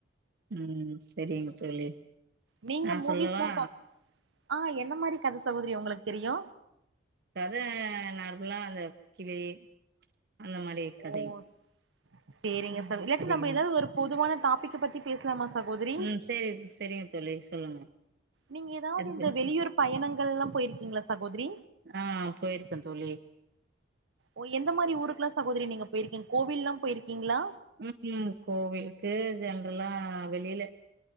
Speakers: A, on the right; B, on the right.
A: ம் செரிங்க தோழி
B: நீங்க
A: நா
B: மூவீஸ்லா
A: சொல்லவா
B: பா ஆ என்ன மாரி கத சகோதரி ஒங்களுக் தெரியு
A: கத நார்முலா அந்த கிளி அந்த மாரி கதைங்க
B: ஓ சேரிங்க
A: ம்
B: சகு இல்லாட்டி
A: அதிகமா
B: நம்ப எதாது ஒரு பொதுவான டாபிக்க பத்தி பேஸ்லாமா சகோதரி
A: ம் சேரி செரிங்க தோழி சொல்லுங்க
B: நீங்க எதாவ்து
A: எத
B: இந்த
A: பத்தி
B: வெளியூரு
A: பே
B: பயணங்கல்லா போய்ருக்கீங்ளா சகோதிரி
A: ஆ போயிருக்கே தோழி
B: ஓ எந்த மாரி ஊருக்லா சகோதரி நீங்க போய்ருக்கீங் கோவில்லா போயிர்க்கீங்ளா
A: ம் ம் கோவிலுக்கு ஜென்ட்ரலா வெளில